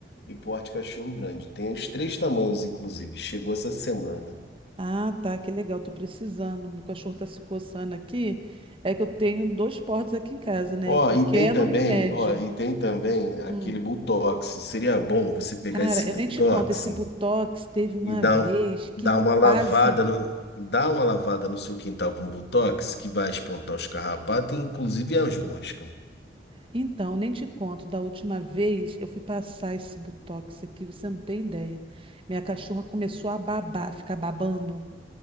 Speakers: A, on the left; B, on the right.
A: e porte cachorro grande. Tem os três tamanhos, inclusive. Chegou essa semana.
B: Ah, tá, que legal, tô precisando. Meu cachorro tá se coçando aqui. É que eu tenho dois portes aqui em casa, né?
A: Ó,
B: O pequeno
A: e tem também,
B: e o médio.
A: ó, e tem também aquele
B: Hum.
A: Botox. Seria bom você pegar
B: Cara,
A: esse Botox
B: eu nem te conto, esse Botox teve uma
A: e dar,
B: vez
A: um-
B: que
A: dar uma lavada
B: quase.
A: no, dar uma lavada no seu quintal com Botox, que vai espantar os carrapatos, e inclusive as moscas.
B: Então, nem te conto, da última vez eu fui passar esse botox aqui, você não tem ideia. Minha cachorra começou a babar, ficar babando.